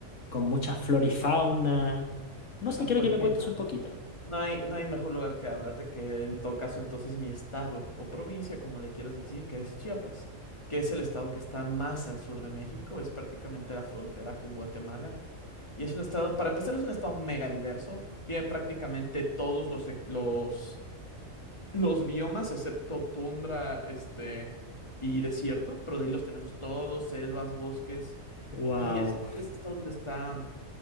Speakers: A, on the left; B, on the left.
A: con mucha flora y fauna. No
B: Ah,
A: sé, quiero
B: pues
A: que me
B: mira.
A: cuentes un poquito.
B: No hay, no hay mejor lugar que hablarte que en todo caso entonces mi estado o provincia, como le quieras decir, que es Chiapas, que es el estado que está más al sur de México, es prácticamente la frontera con Guatemala y es un estado, para empezar, es un estado mega diverso, tiene prácticamente todos los, e- los, los biomas excepto tundra, este, y desierto, pero de ahí los tenemos todos, selvas, bosques
A: Wow,
B: y es, es el estado donde está